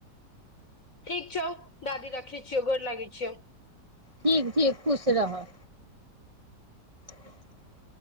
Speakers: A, on the left (about 50°); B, on the right (about 25°).
A: ठीक छौ दादी रखै छियौ गर लागै छियौ
B: ठीक ठीक खुश रह <inaudible>